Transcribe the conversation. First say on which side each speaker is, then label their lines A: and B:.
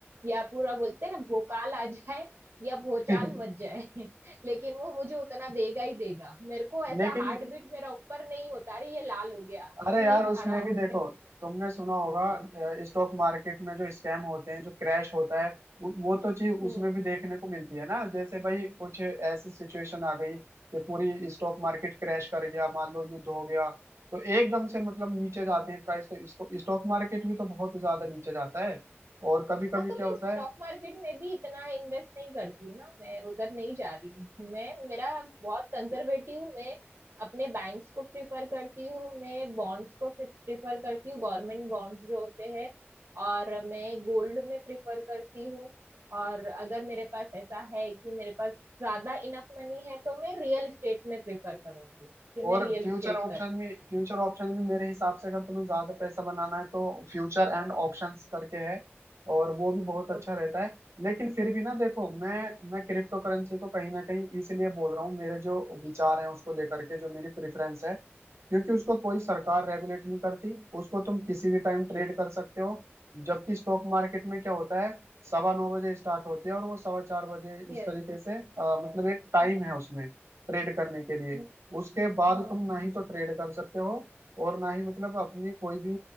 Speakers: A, on the right; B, on the right.
A: या पूरा बोलते हैं ना भोकाल आ जाए या भोचाल
B: <laughs>
A: मच जाए <laughs> लेकिन वो मुझे उतना देगा ही देगा मेरे को ऐसा
B: लेकिन
A: हार्ट बीट मेरा ऊपर नहीं होता अरे ये लाल हो गया
B: अरे
A: अभी
B: यार
A: ये
B: उसमें
A: हरा हो
B: भी देखो
A: गया
B: तुमने सुना होगा
A: <laughs>
B: स्टॉक मार्केट में जो स्कैम होते हैं जो क्रैश होता है वो वो तो चीज
A: हम्म
B: उसमें भी देखने को मिलती है ना जैसे भाई कुछ ऐसी सिचुएशन आ गई कि पूरी स्टॉक मार्केट क्रैश कर गया मान लो युद्ध हो गया तो एकदम से मतलब नीचे जाते हैं प्राइस तो इसको स्टॉक मार्केट भी तो बहुत ज्यादा नीचे जाता है और कभी कभी
A: हाँ तो
B: क्या
A: मैं
B: होता
A: स्टॉक
B: है
A: मार्केट में भी इतना इन्वेस्ट नहीं करती हूँ ना मैं उधर नहीं जा रही हूँ मैं मेरा बहुत कंजर्वेटिव हूँ मैं अपने बैंक्स को प्रिफर करती हूँ मैं बॉन्ड्स को प्रिफर करती हूँ गवर्नमेंट बॉन्ड्स जो होते हैं और मैं गोल्ड में प्रिफर करती हूँ और अगर मेरे पास ऐसा है कि मेरे पास ज्यादा इनफ मनी है तो मैं रियल एस्टेट में प्रिफर करूंगी कि मैं
B: और
A: रियल
B: फ्यूचर
A: एस्टेट
B: ऑप्शन
A: कर
B: भी फ्यूचर ऑप्शन भी मेरे हिसाब से अगर तुम्हें ज्यादा पैसा बनाना है तो फ्यूचर एंड ऑप्शंस करके है और वो भी बहुत अच्छा
A: ओके
B: रहता है लेकिन फिर भी ना देखो मैं मैं क्रिप्टो करेंसी को कहीं ना कहीं इसलिए बोल रहा हूँ मेरे जो विचार हैं उसको लेकर के जो मेरी प्रेफरेंस है क्योंकि उसको कोई सरकार रेगुलेट नहीं करती उसको तुम किसी भी टाइम ट्रेड कर सकते हो जबकि स्टॉक मार्केट में क्या होता है सवा नौ बजे स्टार्ट होती है और वो सवा चार बजे
A: यस
B: इस तरीके से अ, मतलब एक टाइम
A: हम्म
B: है उसमें ट्रेड करने के लिए
A: हम्म
B: उसके बाद
A: हम्म
B: तुम ना ही तो ट्रेड कर सकते हो और ना ही मतलब अपनी कोई भी